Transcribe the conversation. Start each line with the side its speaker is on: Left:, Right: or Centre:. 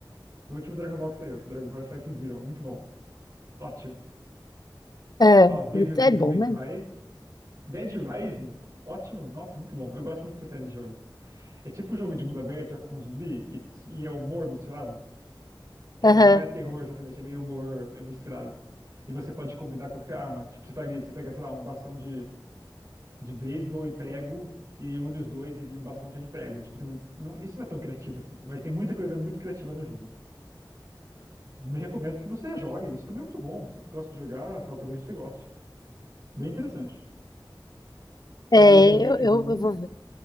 Right: O último Dragon Ball que saiu. Dragon Ball Sparking Zero. Muito bom. Ótimo.
Left: é,
Right: Ó, Devil,
Left: muito-
Right: Devil
Left: é bom
Right: May
Left: mesmo.
Right: Cry. Dead Rising. Ótimo. Nossa, muito bom. Eu gosto muito dessa série de jogo. É tipo um jogo de mundo aberto, só que com zumbi. E, e é humor misturado. É,
Left: Aham.
Right: não é terror exatamente, é meio humor é misturado. E você pode combinar qualquer arma. Tipo, você pega, você pega, sei lá, um bastão de, de beisebol e prego e une os dois e vira um bastão cheio de prego. Tipo, tem- não- isso não é tão criativo assim, mas tem muita coisa muito criativa no jogo. Nem Recomendo que você jogue, isso também é muito bom. Você que gosta de jogar, só talvez você goste. Bem interessante.
Left: É,
Right: Saiu o remake
Left: eu, eu,
Right: do um
Left: eu vou ver.